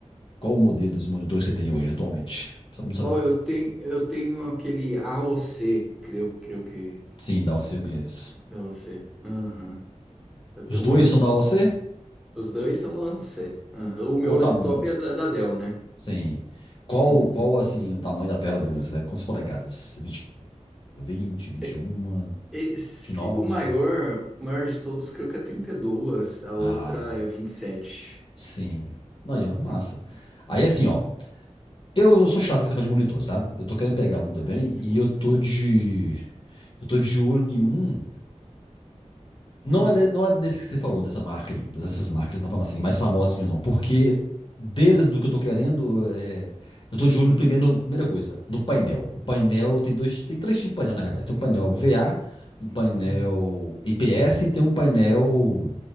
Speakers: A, on the left; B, in the centre.
A: Qual o modelo dos monitores que você tem hoje, atualmente? Só pra, só,
B: Ó, eu
A: só pra
B: tenho,
A: ter ideia.
B: eu
A: assim.
B: tenho aquele A AOC, creio, creio que
A: Sim, da AOC eu conheço.
B: da AOC. Aham. Eu tenho
A: Os dois
B: um esses.
A: são da AOC?
B: Os dois são da UFC. Aham, O meu
A: Qual o tamanho?
B: laptop é da, da Dell, né?
A: Sim. Qual,
B: Uhum.
A: qual, assim, o tamanho da tela deles? É quantas polegadas? 24, 20, 21,
B: E- Esse,
A: nove?
B: o maior, o maior de todos, creio que é 32, a outra
A: Ah,
B: é 27.
A: sim. Aí, ó, massa.
B: Hum.
A: Aí, assim, ó. Eu eu sou chato com esse negócio de monitor, sabe? Eu tô querendo pegar
B: É 27,
A: um também
B: 24.
A: e eu tô de... Eu tô de olho em um Não
B: Hum.
A: é, de- não é desse que você falou, dessa marca aí, dessas marcas que você tá falando assim, mais famosinho não. Porque deles do que eu tô querendo, é, eu tô de olho no primeiro, primeira coisa, no painel. O painel tem dois, tem três tipos de painel na realidade. Tem um painel VA, um painel
B: Hum.
A: IPS e tem um painel,